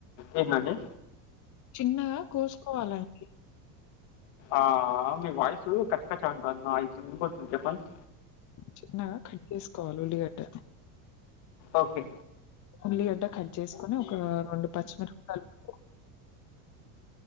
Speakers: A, on the left; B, on the left.
A: ఏంటి అండి
B: చిన్నగా కోసుకోవాలాండి
A: ఆ మీ వాయిసు కచ్చచ్చ ఉంటాది ఆ ఇప్పుడు వినబడుతాంది చెప్పండి
B: చిన్నగా కట్ చేసుకోవాలే ఉల్లిగడ్డ
A: ఓకే
B: ఉల్లిగడ్డ కట్ చేసుకొని ఒక రెండు పచ్చిమిరపకాయలు <inaudible>